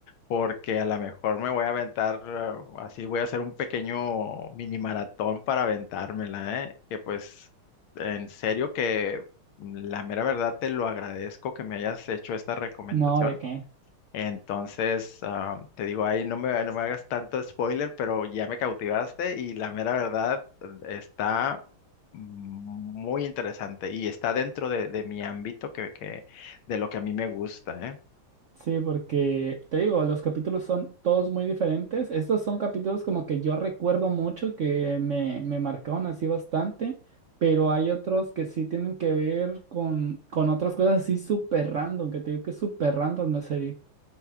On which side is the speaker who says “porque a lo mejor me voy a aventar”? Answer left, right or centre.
Left